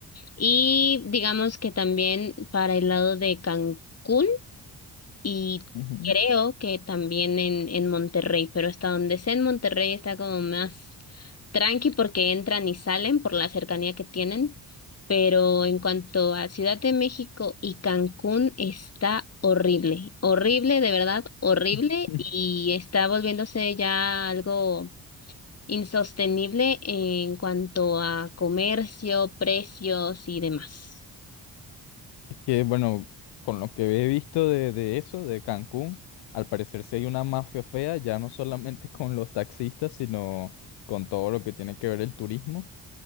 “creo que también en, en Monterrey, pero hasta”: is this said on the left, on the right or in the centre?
Left